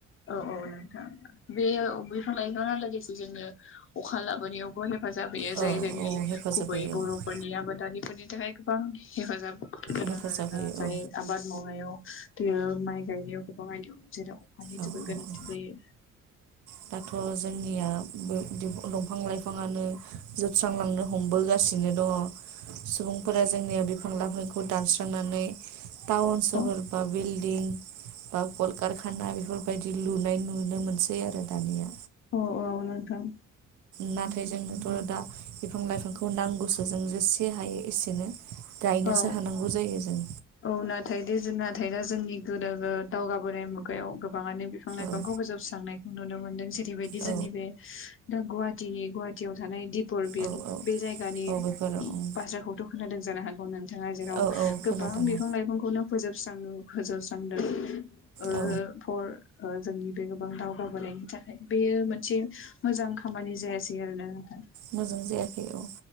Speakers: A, on the left; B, on the right.
A: औ औ नोंथां बेयो बिफां लाइफाङा लोगोसे जोंनो अखा लाबोनायावबो हे हेफाजाब होयो
B: औ
A: जाय जोंनि
B: औ हेफाजाब
A: गुबै
B: होयो औ
A: बर'फोरनि आबादारिफोरनि थाखाय गोबां हेफाजाब गोनां
B: हेफाजाब
A: आरोना
B: होयो
A: जाय
B: औ
A: आबाद मावनायाव थेयो माइ गायनायाव गोबां आय दं जेराव अखानि
B: औ
A: जोबोर गोनांथि
B: औ
A: जायो
B: दाथ' जोंनिया बो दंफां लाइफाङानो जोब स्रांलांनो हमबोगासिनो दङ। सुबुंफोरा जोंनिया बिफां लाइफांखौ दानस्रांनानै टाउन सहर
A: औ
B: बा बिल्डिं बा कलकारखाना बेफोरबायदि लुनाय नुनो मोनसै आरो दानिया
A: औ औ नोंथां
B: नाथाय जोंनोथ' दा बिफां लाइफांखौ नांगौसो जों जेसे हायो एसेनो गायनोसो
A: औ
B: हानांगौ जायो जों
A: औ नाथाय दे जों नाथाय दा जोंनि गोनोखो दावगाबोनाय मुगायाव गोबाङानो बिफां लाइफांखौ
B: औ
A: फोजोबस्रांनायखौ नुनो मोनदों जेरैबायदि
B: औ
A: जोंनि बे दा गुहाटिनि गुहाटि याव थानाय दि फरबिल
B: औ औ
A: बे जायगानि
B: औ बेफोराव उम
A: बाथ्राखौथ' खोनादों जानो हागौ नोंथाङा जेराव
B: औ औ खोनादों
A: गो बां बिफा
B: औ
A: लाइफांखौनो फोजोबस्रां- फोजोबस्रांदों ओ
B: औ
A: फर ओ जोंनि बे गोबां दावगाबोनायनि थाखाय बेयो मोनसे मोजां खामानि जायासै आरो ना नोंथां।
B: मोजां जायाखै, औ